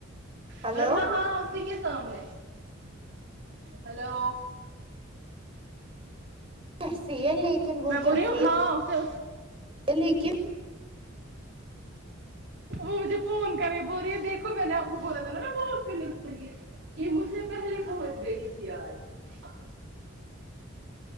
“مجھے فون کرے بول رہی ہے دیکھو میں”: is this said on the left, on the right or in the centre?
Right